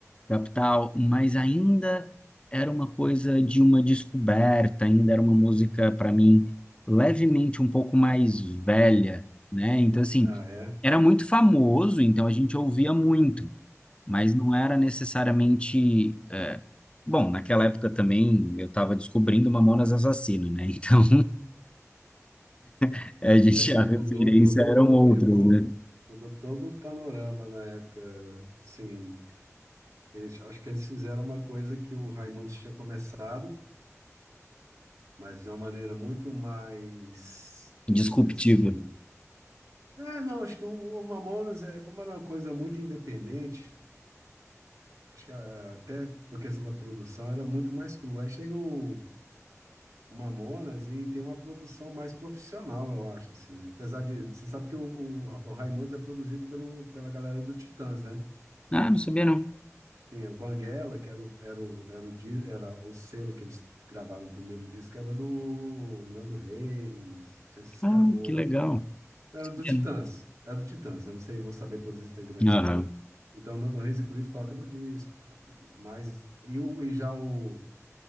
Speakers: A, on the left; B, on the right.
A: Capital, mas ainda era uma coisa de uma descoberta, ainda era uma música para mim levemente um pouco mais velha, né? Então assim,
B: Ah, é?
A: era muito famoso, então a gente ouvia muito, mas
B: <laughs>
A: não era necessariamente, eh, bom, naquela época também eu estava descobrindo Mamonas Assassino, né? Então <laughs> a gente
B: É que
A: a referência
B: mudou todo,
A: eram outras,
B: o- quebrou,
A: né?
B: mudou todo o panorama na época. Sim, eles, acho que eles fizeram uma coisa que o Raimundos tinha começado, mas de uma maneira muito mais,
A: Disruptiva.
B: vou dizer assim. Ah, não, acho que o, o Mamonas era como era uma coisa muito independente. Acho que ah, até por questão da produção era muito mais crua Aí chega o Mamonas e tem uma produção mais profissional, eu acho, assim. Apesar de, você sabe que o, o, o Raimundos é produzido pelo, pela galera do Titãs, né?
A: Ah, não sabia não.
B: Tem o Banguela, que era o, era o, era o, di- era o selo que eles gravaram o primeiro disco, era do Nando Reis, tinha esses
A: Ah,
B: caras, o-
A: que legal.
B: era
A: Sabia
B: do Titãs,
A: não.
B: era do Titãs, eu não sei, vou saber todos os integrantes,
A: Aham.
B: não. Então, o Nando Reis, inclusive, toca no disco, tá? mas, e, o, e já o,